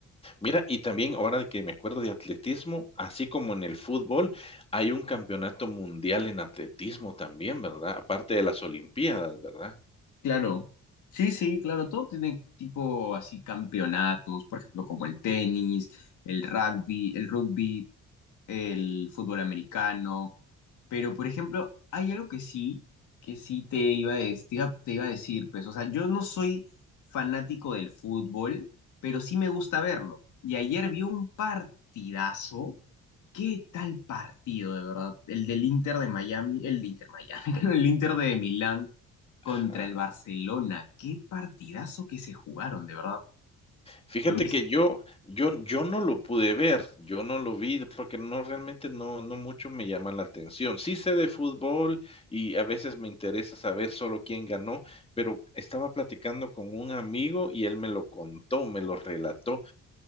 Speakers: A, on the left; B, on the left.
A: Mira, y también ahora que me acuerdo de atletismo, así como en el fútbol, hay un campeonato mundial en atletismo también, ¿verdad? Aparte de las olimpiadas, ¿verdad?
B: Claro, sí, sí, claro, todo tiene tipo así campeonatos, por ejemplo, como el tenis, el rugby, el rugby, el fútbol americano, pero por ejemplo, hay algo que sí, que sí te iba a, des- te iba, te iba a decir, pues, o sea, yo no soy fanático del fútbol, pero sí me gusta verlo. Y ayer vi un partidazo ¿Qué tal partido, de verdad? El del Inter de Miami, el de Inter Miami, <laughs> el Inter de Milán contra
A: Ajá.
B: el Barcelona. Qué partidazo que se jugaron, de verdad.
A: Fíjate
B: ¿Lo viste?
A: que yo yo yo no lo pude ver, yo no lo vi, porque no, realmente no no mucho me llama la atención. Sí sé de fútbol y a veces me interesa saber solo quién ganó, pero estaba platicando con un amigo y él me lo contó, me lo relató.